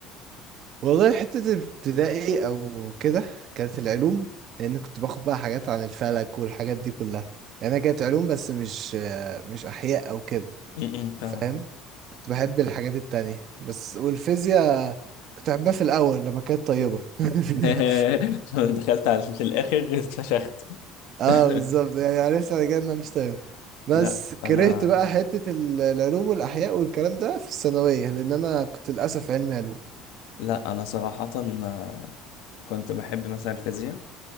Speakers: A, on the right; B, on the left.
A: والله حتة الابتدائي أو كده كانت العلوم لأن كنت باخد بقى حاجات عن الفلك والحاجات دي كلها يعني أنا كانت علوم بس مش آه، مش أحياء أو كده
B: م-م، فاهمك
A: فاهم كنت بحب الحاجات التانية بس والفيزياء كنت أحبها في الأول لما كانت طيبة <laughs>
B: <laughs> دخلت على في الاخر اتفشخت
A: اه
B: <laughs>
A: بالظبط يعني عرفت بعد كده إنها مش طيبة بس
B: لا
A: كرهت
B: انا
A: بقى حتة ال- العلوم والأحياء والكلام ده في الثانوية لأن أنا كنت للأسف علمي علوم
B: لا أنا صراحة آه، كنت بحب مثلا الفيزياء